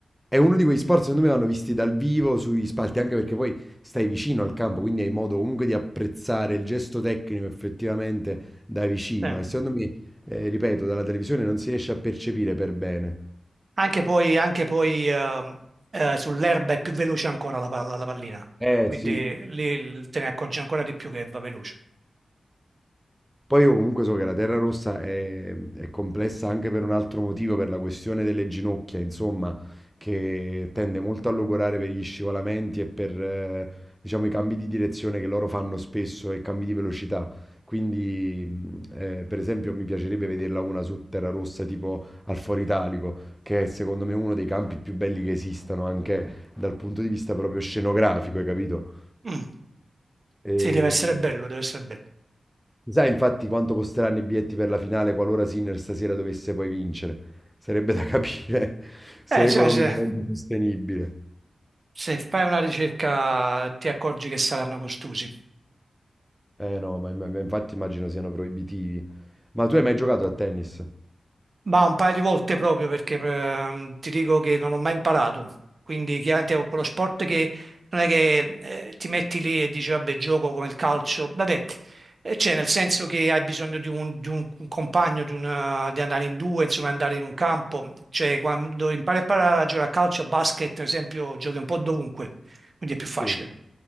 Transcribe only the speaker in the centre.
è uno di quegli sport, secondo me, vanno visti dal vivo sui spalti, anche perché poi stai vicino al campo, quindi hai modo comunque di apprezzare il gesto tecnico effettivamente da vicino.
E secondo me, eh, ripeto, dalla televisione non si riesce a percepire per bene.
Eh
sì,
poi io comunque so che la terra rossa è, è complessa anche per un altro motivo, per la questione delle ginocchia, insomma, che tende molto a logorare per gli scivolamenti e per, eh, diciamo, i cambi di direzione che loro fanno spesso e cambi di velocità. Quindi, mh, eh, per esempio, mi piacerebbe vederla una su terra rossa tipo al Foro Italico, che è secondo me uno dei campi più belli che esistano, anche dal punto di vista proprio scenografico, hai capito?
E...
Sai infatti quanto costeranno i biglietti per la finale qualora Sinner stasera dovesse poi vincere? Sarebbe da capire <laughs> se
è
economicamente
sostenibile.
Eh no, ma, ma- ma infatti immagino siano proibitivi. Ma tu hai mai giocato a tennis?
Sì,